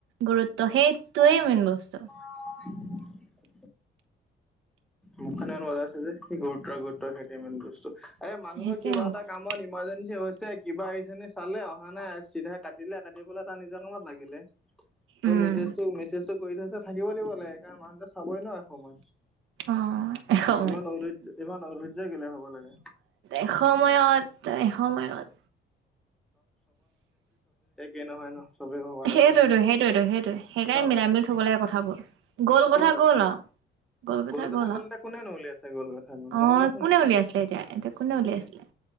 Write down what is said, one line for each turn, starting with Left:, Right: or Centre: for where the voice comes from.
Right: গুৰুত্ব সেইটোৱেই মেইন বস্তু।
Centre: অ মখন ইমান বজাই আছো যে, কি গুৰুতৰ গুৰুত থাকে ইমানবস্তু আৰে মানুহৰ
Right: সেইটোৱে
Centre: কিবা
Right: মেইন
Centre: এটা
Right: বস্তু।
Centre: কামত ইম- ইমাৰ্জেঞ্চি হৈছে কিবা এইখিনি চালে অহা নাই চিধা কাটিলে কাটিপেলাই তাৰ নিজৰ কামত লাগিলে। তই
Right: উম
Centre: মেছেজটো মেছেজটো কৰি থৈছে থাকিব লাগিব লাগে। কাৰণ মানুহটো চাবই ন এসময়ত।
Right: অ' এসময়ত।
Centre: ইমান অধৈৰ্য ইমান অধৈৰ্য কেলে হ'ব লাগে।
Right: এসময়ত, এসময়ত।
Centre: এ নহয় ন চবেই ভবাৰ দৰে
Right: সেইটোৱেটো সেইটোৱেটো, সেইটোৱে সেইকাৰণে
Centre: অ
Right: মিলাই মিলি থব লাগে কথাবোৰ গ'ল
Centre: চাব
Right: কথা
Centre: লাগে।
Right: গ'ল আৰু গলকথা
Centre: কথা
Right: গ'ল
Centre: ক'ল
Right: আৰু।
Centre: এতিয়া
Right: অ,
Centre: কোনেনো উলিয়াইছে গ'ল কথা গ'ল মই উলিয়াইছো
Right: কোনে
Centre: নেকি
Right: উলিয়াই আছিলে এতিয়া, এতিয়া কোনে উলিয়াইছিলে।